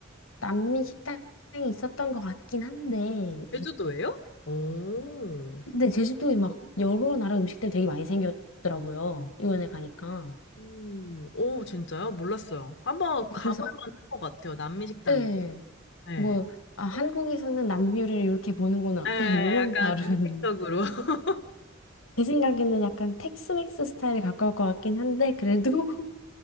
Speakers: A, on the left (about 85°); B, on the left (about 60°).
A: 남미 식당이 있었던 것 같긴 한데,
B: 제주도예요? 오,
A: 근데 제주도에 막 여러 나라 음식들 되게 많이 생겼더라고요. 유엔에 가니까.
B: 오, 오, 진짜요? 몰랐어요. 한번
A: 네,
B: 가볼
A: 그래서,
B: 만한 것 같아요, 남미 식당이.
A: 예,
B: 네.
A: 뭐, 아, 한국에서는 남미 요리를 이렇게 보는구나.
B: 네,
A: <laughs> 또 이런
B: 약간
A: 다른.
B: 이색적으로. <laughs>
A: 제 생각에는 약간 텍스맥스 스타일에 가까울 것 같긴 한데, 그래도 <laughs>